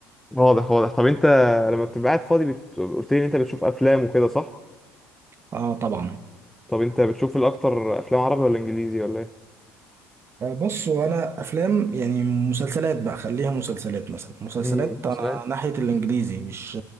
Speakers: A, in the centre; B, on the right.
A: واضح واضح طب انت لما بتبقى قاعد فاضي بت... قلت لي ان انت بتشوف افلام وكده صح
B: اه طبعا
A: طب انت بتشوف الاكتر افلام عربي ولا انجليزي ولا ايه
B: بص هو انا افلام يعني مسلسلات بقى خليها مسلسلات مثلا مسلسلات
A: امم مسلسلات
B: انا ناحيه الانجليزي مش